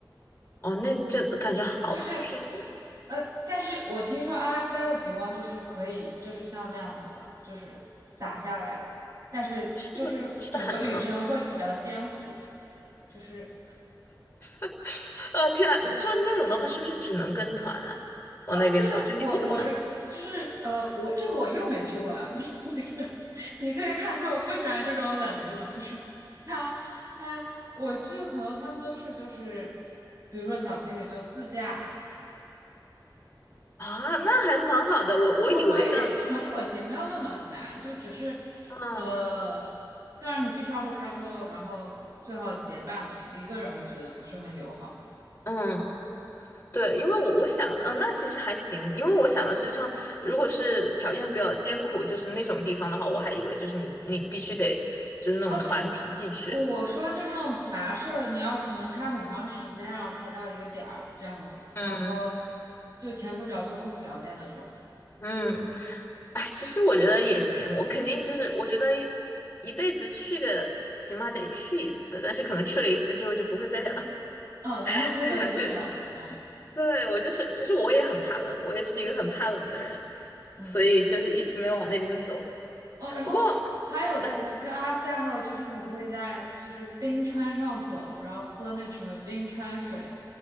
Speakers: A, on the left; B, on the right.
A: 哦，那这感觉好听，
B: 就是呃，但是我听说阿拉斯加的极光就是可以，就是像那样子的，就是洒下来的，但是就是整个旅程会比较艰苦，
A: 是不是是很冷？
B: 就是
A: <laughs> 啊，天呐，就那种的话，是不是只能跟团啊？往那边走，
B: 哦，不是啊，
A: 就你不可能。
B: 我我就是呃，我这个我又没去过了，<laughs> 就是你可以看出我不喜欢这种冷的地方，就是他他我去的朋友他们都是就是比如说小情侣就自驾，
A: 啊，那还蛮好的。我我以为像，
B: 可可以很可行，没有那么难，就只是
A: 啊，
B: 呃，当然你必须要会开车喽，然后最好结伴吧，一个人我觉得不是很友好。
A: 嗯，对，因为我我想的，嗯、那其实还行，因为我想的是像，如果是条件比较艰苦，就是那种地方的话，我还以为就是你你必须得就是那种团体进去，
B: 哦，就是我说就是那种跋涉，你要可能开很长时间，然后才到一个点儿这样子，
A: 嗯
B: 然后就前不着村后不着店的这种，
A: 嗯，哎，其实我觉得也行，我肯定就是我觉得一辈子去个起码得去一次，但是可能去了一次之后就不会再想 <laughs> 再
B: 嗯，然后特别特别冷，
A: 想去，
B: 嗯
A: 对，我就是，其实我也很怕冷，我也是一个很怕冷的人，
B: 嗯，
A: 所以就是一直没往那边走。
B: 哦，然后还有就阿拉斯加还有就是你可以在就是冰川上走，
A: 不过，那你说
B: 然后喝那个什么冰川水，